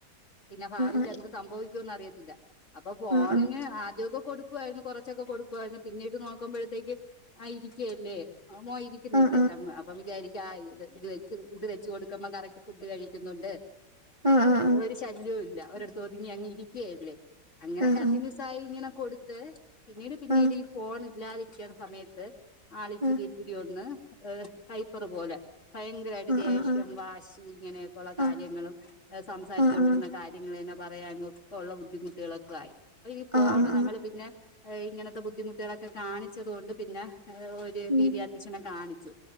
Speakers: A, on the left; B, on the right.
A: പിന്നെ ഭാവിയിൽ
B: ആഹ്
A: എന്ത് സംഭവിക്കുംന്ന് അറിയത്തില്ല അപ്പൊ ഫോണിന്
B: ആഹ്
A: ആദ്യക്കെ കൊടു ക്കുവായിരുന്നു കൊറച്ചൊക്കെ കൊടുക്കുവായിരുന്നു പിന്നീട് നോക്കുമ്പോഴത്തേക്ക് ഇരിക്കല്ലേ ആ മോയിരിക്കുന്നില്ലേ
B: ആഹ് ആഹ്
A: അപ്പൊ വിചാരിക്ക ആ ഇത് ഇത് വെച്ച് ഇത് വെ കൊടുക്കുമ്പ കറക്ട് ഫുഡ് കഴിക്കുന്നുണ്ട്
B: ആഹ് ആഹ് ആഹ് ആഹ്
A: ഒരു ശല്യവും ഇല്ല ഒ ചോതിങ്ങി അങ്ങ് ഇരിക്കുകല്ലേ അങ്ങനെ
B: ആഹ് ആഹ്
A: കണ്ടിന്യൂസ്
B: ആഹ്
A: ആയി ഇങ്ങനെ കൊടുത്ത് പിന്നീട് പിന്നീട്
B: ആഹ്
A: ഈ ഫോൺ ഇല്ലാതിരിക്കൻ സമയത്ത് ആളിച്ചിരി
B: ആഹ്
A: ഇത്തിരി ഒന്ന് ഏഹ ഹൈപ്പർ പോലെ ഭയങ്കരട്ട
B: ആഹ്
A: ദേഷ്യം കുംവാശി
B: ആഹ്
A: ഇങ്ങനെയൊക്കെ ഉള്ള കാര്യങ്ങളും
B: ആഹ്
A: സംസരിച്ചുകൊണ്ടിരുന്ന
B: ആഹ് ആഹ്
A: കാര്യ തന്നെ പറയാന ഒക്കെ ഉള്ള ബുദ്ധിമുട്ടുകളൊക്കെ ആയി അപ്പൊ ഈ ഫോണ്
B: ആഹ് ആഹ് ആഹ്
A: നമ്മള് പിന്നെ ഇങ്ങനത്തെ ബുദ്ധിമുട്ടുകളൊക്കെ കാണിച്ചത് കൊണ്ട് പിന്നെ ഒരു
B: ഉം
A: പീടി ആട്രിസ്റ്റ് നെ കാണിച്ചു